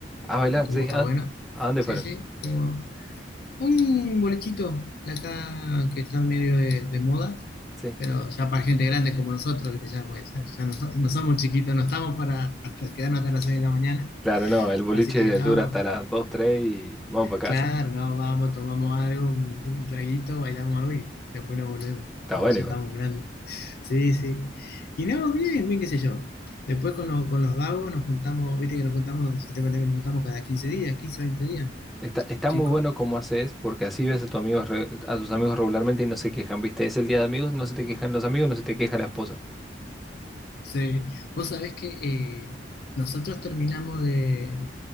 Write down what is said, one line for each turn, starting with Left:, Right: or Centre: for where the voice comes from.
Centre: A bailar,
Left: estuvo
Centre: sí.
Left: re
Centre: ¿A,
Left: bueno.
Centre: a dónde
Left: Sí,
Centre: fueron?
Left: sí, estuvo un bolechito de acá que está en medio de, de moda,
Centre: Sí.
Left: pero ya para gente grande como nosotros, ¿viste? Ya, pues, ya- ya no, so- no somos chiquitos, no estamos para hasta quedarnos hasta las 6 de la mañana.
Centre: Claro, no, el boliche
Left: Así que no,
Centre: dura hasta las 2, 3, y vamos para
Left: Claro,
Centre: casa.
Left: no, vamos, tomamos algo, un un traguito, bailamos algo y después nos volvemos.
Centre: Está
Left: Ya,
Centre: bueno
Left: ya
Centre: igual.
Left: estamos grandes. Sí, sí. Y no, bien, bien, qué sé yo. Después con los, con los vagos nos juntamos, viste que nos juntamos, yo te conté que nos juntamos cada quince días, quince veinte días,
Centre: Está, está
Left: chicos.
Centre: muy bueno como haces, porque así ves a tus amigos, re- a tus amigos regularmente y no se quejan, ¿viste? Es el día de amigos, no se te quejan los amigos, no se te queja la esposa.
Left: Sí. Vos sabés que eh, nosotros terminamos de,